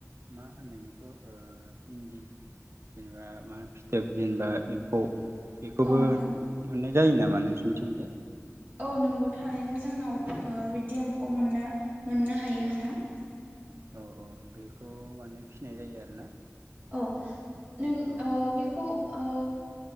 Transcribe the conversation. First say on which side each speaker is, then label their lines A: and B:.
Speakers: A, on the right; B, on the right.
A: मा होनो बेखौ ओ इन्दि जेनेबा मा फिथोब जेनेबा एम्फौ बेखौबो
B: औ नोंथां
A: मोननाय जायो नामा नोंसिनिथिंजाय
B: औ नंगौ थारैनो जोंनाव ओ बिदि एम्फौ मोननो मोननो हायो नोंथां।
A: औ -औ बेखौ माने फिनाय जायो आरोना।
B: औ नों
A: औ
B: ओ बेखौ ओ